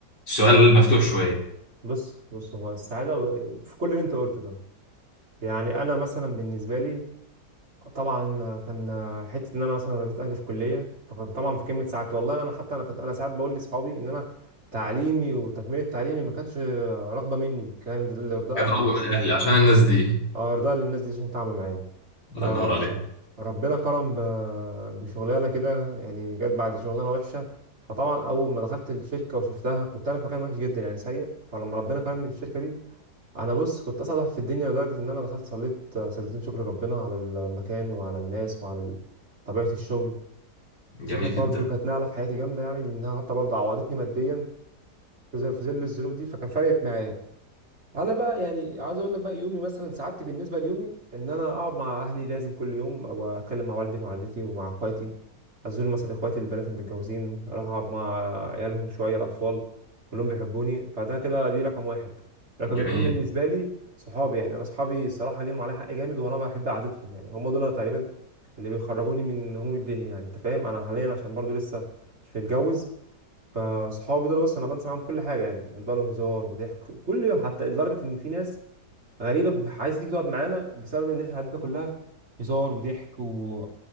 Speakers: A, on the left; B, on the right.
A: السؤال مفتوح شوية
B: بص بص هو السعادة ب- في كل اللي انت قلته ده يعني انا مثلا بالنسبة لي طبعا كان حتة ان انا مثلا رضيت اهلي في كلية فكان طبعا في كلمة سعادتي والله انا حتى انا كنت انا ساعات بقول لاصحابي ان انا تعليمي وتكملة تعليمي ما كانتش رغبة مني كان لرضا
A: كتربوا
B: اهلي بس
A: من أهلي عشان الناس دي
B: اه ارضاء للناس دي عشان تعبوا معايا
A: الله
B: آه
A: ينور عليك
B: ربنا كرم ب- بشغلانه كده يعني جت بعد شغلانه وحشه فطبعا اول ما دخلت الشركه وشفتها كنت انا في مكان وحش جدا يعني سيء فلما ربنا كرمني بالشركه دي انا بص كنت اسعد واحد في الدنيا لدرجه ان انا دخلت صليت آه، سجدتين شكر ربنا على المكان وعلى الناس وعلى ال- طبيعه الشغل
A: جميل
B: دي كانت برضو
A: جدا
B: كانت نقله في حياتي جامده يعني انها حتى برضو عوضتني ماديا في ظل في ظل الظروف دي فكان فرقت معايا انا بقى يعني عايز اقول لك بقى يومي مثلا سعادتي بالنسبه ليومي ان انا اقعد مع اهلي لازم كل يوم او اتكلم مع والدي ومع والدتي ومع اخواتي ازور مثلا اخواتي البنات المتجوزين اروح اقعد مع عيالهم شويه الاطفال كلهم بيحبوني فده كده دي رقم واحد رقم
A: جميل
B: اتنين بالنسبه لي صحابي يعني انا صحابي الصراحه ليهم عليا حق جامد وانا بحب قعدتهم يعني هم دول أنا تقريبا اللي بيخرجوني من هموم الدنيا يعني انت فاهم انا حاليا عشان برضو لسه مش متجوز فصحابي دول بس انا بنسى معاهم كل حاجه يعني يعني بقى له هزار وضحك كل يوم حتى لدرجه ان في ناس غريبه بتبقى عايز تيجي تقعد معانا بسبب ان احنا قعدتنا كلها هزار وضحك و...